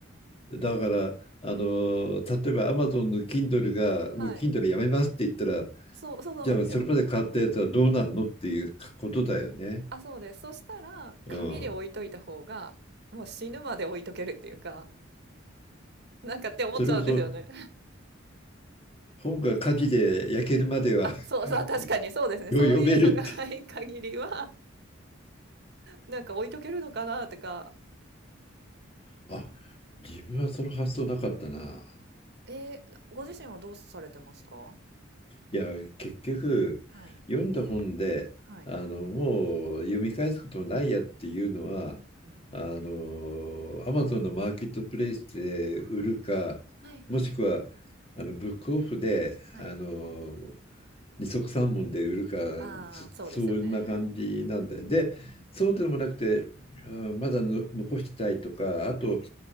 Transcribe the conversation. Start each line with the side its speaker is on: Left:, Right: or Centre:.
Left: だから、あの、例えばアマゾンの Kindle が、
Right: はい。
Left: もう Kindle やめますって言ったら、
Right: そう、そうそうなんですよ。
Left: じゃあそれまで買ったやつはどうなるのっていうことだよね。
Right: あ、そうです。そしたら、
Left: うん。
Right: 紙で置いといた方が、もう死ぬまで置いとけるっていうか、なんかって思っちゃうんですよね。
Left: それこそ本が火事で焼けるまでは
Right: あ、そうそう、
Left: <laughs>
Right: 確かにそうですね。
Left: よ読めるっていう。
Right: そういうのがない限りは、なんか置いとけるのかなとか。
Left: あ、自分はその発想なかったな。
Right: えーご自身はどうされてますか
Left: いや、結局、
Right: はい。
Left: 読んだ本で、
Right: はい。
Left: あの、もう読み返すこともないやっていうのは、
Right: うんうん。
Left: あの、アマゾンのマーケットプレイスで売るか、
Right: ああ。はいはいはい。
Left: もしくは、あの、ブックオフで、
Right: はい。
Left: あの、二足三文で売るか、
Right: ああ、
Left: そ、
Right: そうですよね。
Left: そんな感じなんだよ。
Right: うんうん
Left: で、
Right: うん。
Left: そうでもなくて、うんまだの残したいとか、あと、
Right: はい。